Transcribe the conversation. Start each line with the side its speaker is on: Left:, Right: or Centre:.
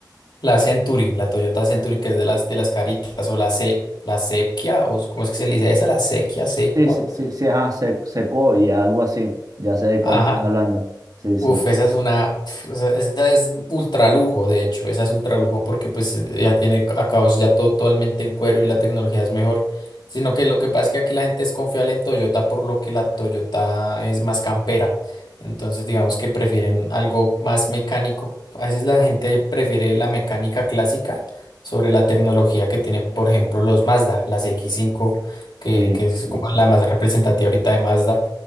Left: La Century, la Toyota Century, que es de las de las caritas, o la C, la Sequia, o ¿cómo es que se le dice esa? La Sequia, Secua.
Right: Sí, sí, sí, sí, ajá, se, Sequoia, algo así. Ya sé de cuál
Left: Ajá,
Right: estás hablando. Sí,
Left: Uf,
Right: sí,
Left: esa es una, pf, esa, esa es ultra lujo, de hecho, esa es ultra lujo porque pues ya tiene acabados ya todo totalmente en cuero y la tecnología es mejor, sino que lo que pasa es que aquí la gente es confiable en Toyota por lo que la Toyota es más campera, entonces digamos que prefieren algo más mecánico, a veces la gente prefiere la mecánica clásica sobre la tecnología que tiene, por ejemplo, los Mazda, las X5, que,
Right: sí,
Left: que es
Right: sí,
Left: como
Right: sí.
Left: la más representativa ahorita de Mazda